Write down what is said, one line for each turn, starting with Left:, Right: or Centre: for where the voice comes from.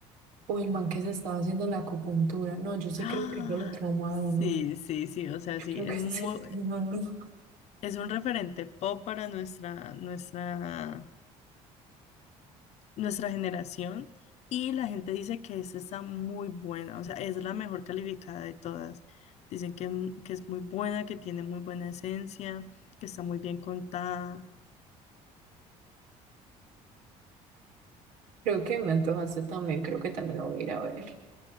Right: O el man que se estaba haciendo la acupuntura. No, yo sí
Left: Ah,
Right: creo que yo lo trauma
Left: sí,
Right: a uno.
Left: sí, sí, o sea,
Right: Yo
Left: sí,
Right: creo que
Left: es
Right: <laughs>
Left: muy,
Right: sí se lo trauma a uno.
Left: es un referente pop para nuestra, nuestra, nuestra generación. Y la gente dice que esta está muy buena, o sea, es la mejor calificada de todas. Dicen que, m- que es muy buena, que tiene muy buena esencia, que está muy bien contada.
Right: Creo que me antojaste también, creo que también lo voy a ir a ver.